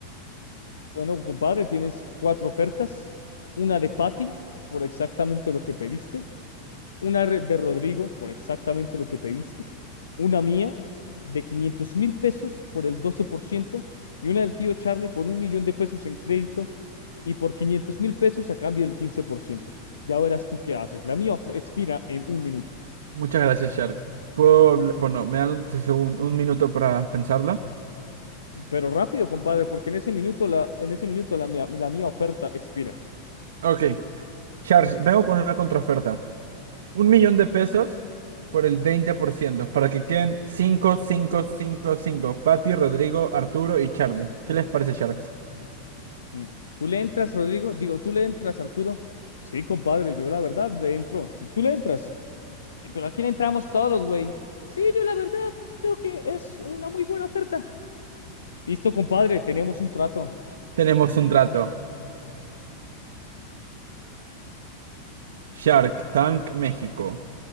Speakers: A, on the left; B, on the right.
A: Bueno, compadre, tienes cuatro ofertas. Una de Patty, por exactamente lo que pediste. Una re- de Rodrigo, por exactamente lo que pediste una mía de 500 mil pesos por el doce por ciento y una del tío Charlie por un millón de pesos en crédito y por 500 mil pesos a cambio del quince por ciento Ya verás tú qué haces. La mía of- expira en un minuto.
B: Muchas gracias, Shark. Puedo habl- Bueno, me dan un, segun- un minuto para pensarlo.
A: Pero rápido, compadre, porque en ese minuto la, en ese minuto la mía, la mía oferta expira.
B: Ok, Shark, vengo con una contraoferta. Un millón de pesos por el 20% para que queden 5, 5, 5, 5. Patty, Rodrigo, Arturo y Charlie. ¿Qué les parece, Sharks?
A: Mm. ¿Tú le entras, Rodrigo? Digo, ¿tú le entras, Arturo? Sí, compadre, yo la verdad le entro. Si tú le entras. "Y, Pero aquí le entramos todos, güey. Sí, yo la verdad creo que es una muy buena oferta. Listo, compadre, tenemos un trato.
B: Tenemos un trato. Shark Tank México.